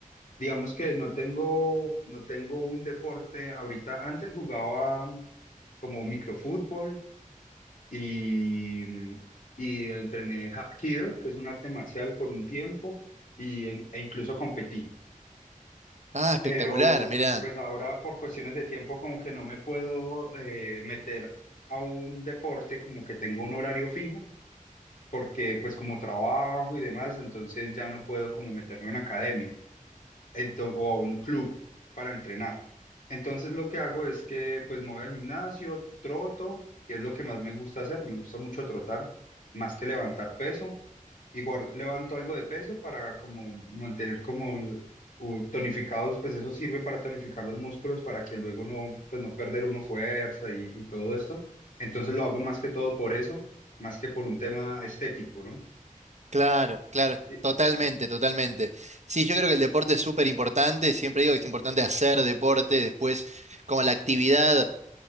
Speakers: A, on the left (about 70°); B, on the right (about 55°).
A: Digamos que no tengo, no tengo un deporte ahorita. Antes jugaba como microfútbol y, mm, y entrené Hapkido, que es un arte marcial por un tiempo, y, en- e incluso competí.
B: Ah, espectacular,
A: pero
B: mirá.
A: pues ahora por cuestiones de tiempo como que no me puedo eh, meter a un deporte como que tengo un horario fijo, porque pues como trabajo y demás, entonces ya no puedo como meterme a una academia ento- o a un club para entrenar. Entonces lo que hago es que pues me voy al gimnasio, troto, que es lo que más me gusta hacer, me gusta mucho trotar, más que levantar peso. Igual levanto algo de peso para como mantener como uh, tonificados, pues eso sirve para tonificar los músculos para que luego no, pues no perder uno fuerza y, y todo esto. Entonces lo hago más que todo por eso, más que por un tema estético, ¿no?
B: Claro, claro,
A: Y-
B: totalmente,
A: y-
B: totalmente. Sí, yo creo que el deporte es súper importante, siempre digo que es importante hacer deporte, después como la actividad.